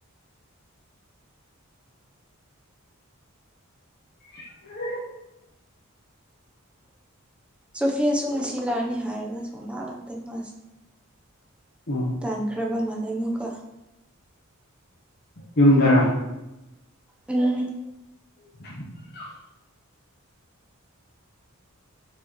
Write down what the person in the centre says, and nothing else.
ꯁꯣꯐꯦꯁꯨ ꯉꯁꯤ ꯂꯥꯛꯅꯤ ꯍꯥꯏꯔꯒ ꯁꯨꯡꯂꯥꯛ ꯂꯥꯛꯇꯦ ꯃꯥꯁ
ꯇꯥꯟꯈ꯭ꯔꯕ ꯃꯥꯂꯦ ꯑꯃꯨꯛꯀ
ꯎꯝ